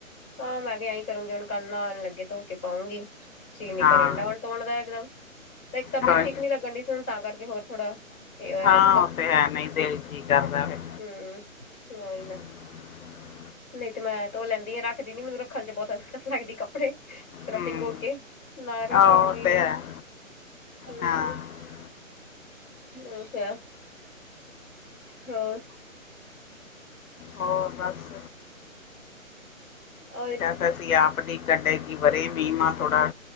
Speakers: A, on the left (about 20°); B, on the left (about 80°).
A: ਹਾਂ ਮੈਂ ਵੀ ਐਹੀ, ਕਰੂੰਗੀ ਹੁਣ ਕੱਲ ਨਉਣ ਲੱਗੇ ਧੋ ਕੇ ਪਾਊਂਗੀ ਚੀ ਨੀ
B: ਹਾਂ
A: ਕਰਨ ਡ ਹੁਣ ਹੁਣ ਦਾ ਇੱਕਦਮ ਤੇ ਇੱਕ ਤਬੀਅਤ
B: ਹੋਰ?
A: ਠੀਕ ਨੀ ਲੱਗਣ ਡਹਿ ਸੀ, ਹੁਣ ਤਾਂ ਕਰਕੇ ਹੋਰ ਥੋੜਾ ਇਹ ਹੋਇਆ
B: ਹਾਂ
A: ਨਹੀਂ
B: ਉਹ ਤੇ ਹੈ ਨਹੀਂ ਦਿਲ, ਜੀ ਕਰਦਾ ਫਿਰ
A: ਹਮ ਔ ਈ ਨਾ
B: <unintelligible>
A: ਨਹੀਂ ਤੇ ਮੈਂ ਧੋ ਲੈਂਦੀ ਆ ਰੱਖਦੀ ਨੀ, ਮੈਨੂੰ ਰੱਖਣ ਚ ਬਹੁਤ ਅਲਖ਼ਤ ਲੱਗਦੀ ਕੱਪੜੇ
B: ਹੂੰ
A: ਭਿਗੋ ਕੇ ਨ ਰੱਖਦੀ
B: ਆਹੋ, ਉਹ ਤੇ
A: ਨੀ
B: ਹੈ
A: ਹੂ
B: ਹਾਂ
A: ਔ ਤੇ ਹੈ, ਹੋਰ
B: ਹੋਰ ਬਸ
A: ਔ ਈ
B: ਏਫ ਅਸੀਂ ਆਪ ਦੀ ਕੱਢੇ, ਕਿ ਵਰੇ ਵੀਮਾਂ ਥੋੜਾ